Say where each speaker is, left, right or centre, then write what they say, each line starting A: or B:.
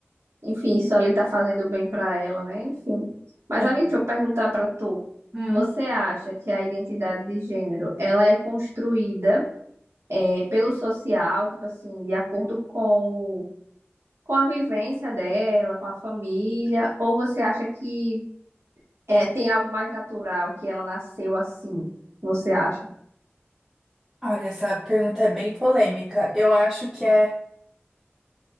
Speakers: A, on the right; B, in the centre.
A: enfim, isso ali tá fazendo bem para ela, né? Enfim. Mas,
B: É.
A: amigo, deixa eu perguntar para tu.
B: Hum.
A: Você acha que a identidade de gênero, ela é construída é, pelo social, tipo assim, de acordo com, com a vivência dela, com a família, ou você acha que É, tem algo mais natural que ela nasceu assim, você acha?
B: Olha, essa pergunta é bem polêmica. Eu acho que é,